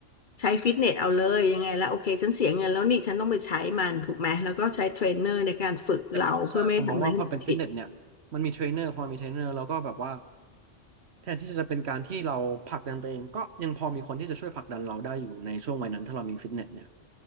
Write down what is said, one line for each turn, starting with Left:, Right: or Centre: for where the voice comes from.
Left: ใช้ฟิตเนสเอาเลยยังไงแล้วโอเคฉันเสียเงินแล้วนี่ฉันต้องไปใช้มันถูกไหมแล้วก็ใช้เทรนเนอร์ในการฝึกเราเพื่อไม่ให้ทำอะไรให้มันผิด
Right: ใช่ไหมครับใช่ผมมองว่าพอเป็นฟิตเนสเนี่ยมันมีเทรนเนอร์พอมีเทรนเนอร์แล้วก็แบบว่าแทนที่จะเป็นการที่เราผลักดันตัวเองก็ยังพอมีคนที่จะช่วยผลักดันเราได้อยู่ในช่วงวัยนั้นถ้าเรามีฟิตเนสเนี่ย